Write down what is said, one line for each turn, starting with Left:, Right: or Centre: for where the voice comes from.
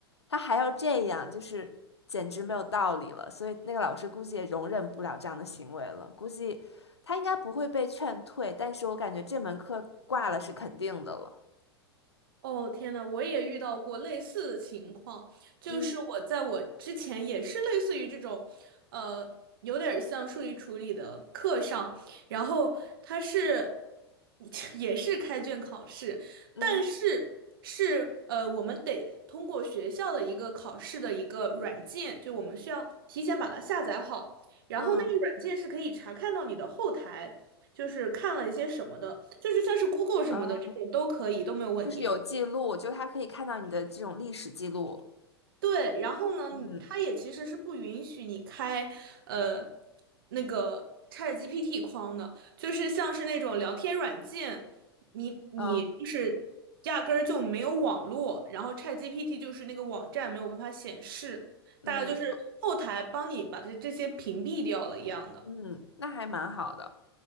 Left: 他还要这样，就是简直没有道理了。所以那个老师估计也容忍不了这样的行为了，估计他应该不会被劝退，但是我感觉这门课挂了是肯定的了。
Right: 哦，天呐，我也遇到过类似的情况，就是我在我之前也是类似于这种，
Left: 嗯
Right: 呃，有点儿像数据处理的课上，然后他是 <laughs> 也是开卷考试，
Left: 嗯
Right: 是是，呃，我们得通过学校的一个考试的一个软件，就我们需要提前把它下载好，然后那个软件是可以查看到你的后台，
Left: 嗯
Right: 就是看了一些什么的，就是像是 Google 什么的这种都可以，
Left: 嗯，
Right: 都没有问题。
Left: 就是有记录，就是他可以看到你的这种历史记录。
Right: 对，然后呢，你它也其实是不允许你开，
Left: 嗯
Right: 呃，那个 ChatGPT 框的，就是像是那种聊天软件，你你就是压根儿就没有网络，
Left: 嗯
Right: 然后 ChatGPT 就是那个网站没有办法显示，大概就是后台帮你把这这些屏蔽掉了一样的。
Left: 嗯就嗯，那还蛮好的。